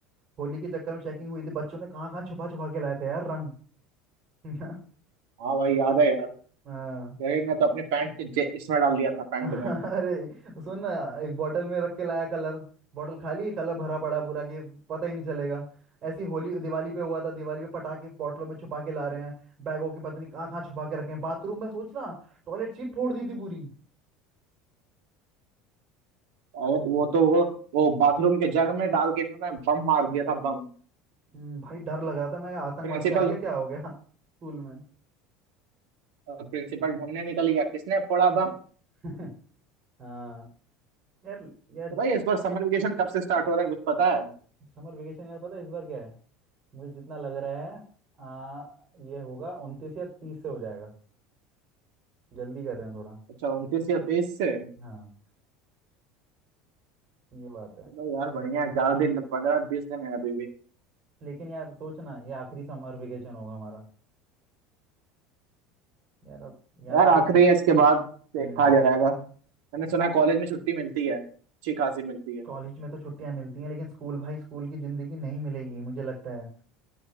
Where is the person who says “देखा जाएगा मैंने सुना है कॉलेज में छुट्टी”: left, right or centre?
Right